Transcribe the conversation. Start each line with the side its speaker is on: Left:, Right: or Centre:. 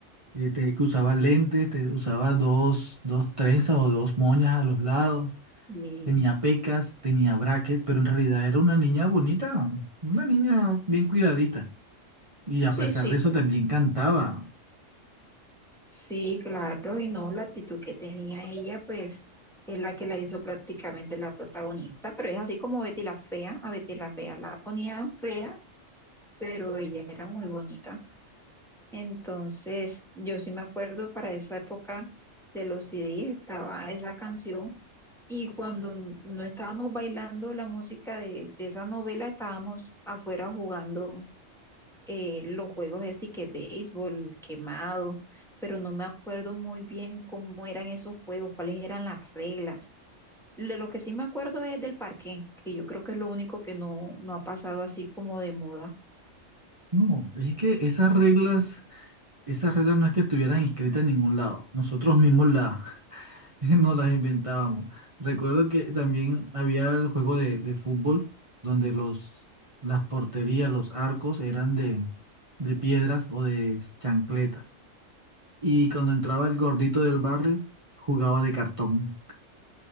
Right: eh, te- que usaba lentes, te- usaba dos, dos trenzas o dos moñas a los lados,
Centre: Sí,
Right: tenía pecas, tenía bracket, pero en realidad era una niña bonita, una niña bien cuidadita. Y a
Centre: Sí,
Right: pesar
Centre: sí,
Right: de eso también cantaba.
Centre: Sí, claro, y no, la actitud que tenía ella, pues es la que la hizo prácticamente la protagonista, pero es así como Betty la Fea, a Betty la Fea la ponían fea, pero ella era muy bonita. Entonces, yo sí me acuerdo para esa época de los CDs estaba esa canción y cuando n- no estábamos bailando la música de, de esa novela, estábamos afuera jugando eh, los juegos así que béisbol, quemado, pero no me acuerdo muy bien cómo eran esos juegos, cuáles eran las reglas. De lo que sí me acuerdo es del parque, que yo creo que es lo único que no, no ha pasado así como de moda.
Right: No, es que esas reglas, esas reglas no es que estuvieran escritas en ningún lado. Nosotros mismos las <laughs> nos las inventábamos. Recuerdo que también había el juego de, de fútbol donde los, las porterías, los arcos eran de, de piedras o de chancletas. Y cuando entraba el gordito del barrio, jugaba de cartón.